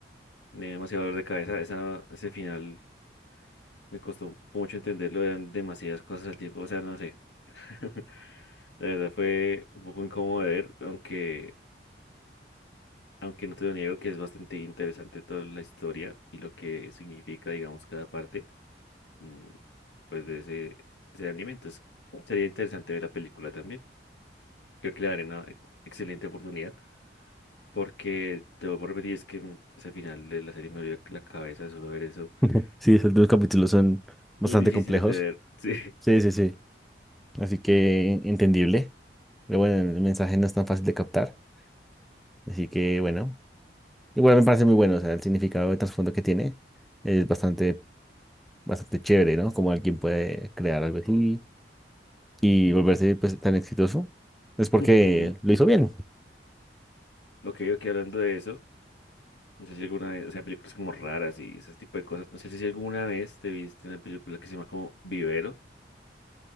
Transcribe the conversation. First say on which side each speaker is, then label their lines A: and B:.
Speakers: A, on the left (about 80°); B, in the centre.
A: me dio demasiado dolor de cabeza. Esa, ese final me costó mucho entenderlo, eran demasiadas cosas al tiempo, o sea, no sé. <laughs> La verdad fue un poco incómodo de ver, aunque, aunque no te lo niego que es bastante interesante toda la historia y lo que significa, digamos, cada parte. mm, pues de ese, ese anime. Entonces, sería interesante ver la película también. Creo que le daré una e- excelente oportunidad porque te voy a repetir, es que mm, ese final de la serie me dolió la cabeza de solo ver eso.
B: <laughs> Sí,
A: Uh,
B: esos dos capítulos son bastante
A: Muy difíciles
B: complejos.
A: de ver, sí.
B: Sí, sí, sí. Así que entendible. Pero bueno, el mensaje no es tan fácil de captar. Así que bueno, igual me parece muy bueno. O sea, el significado de trasfondo que tiene es bastante, bastante chévere, ¿no? Como alguien puede crear algo así y volverse pues, tan exitoso. Es porque
A: <laughs> Ujú.
B: lo hizo bien.
A: Ok, ok, hablando de eso, no sé si alguna vez, o sea, películas como raras y ese tipo de cosas, no sé si alguna vez te viste una película que se llama como Vivero,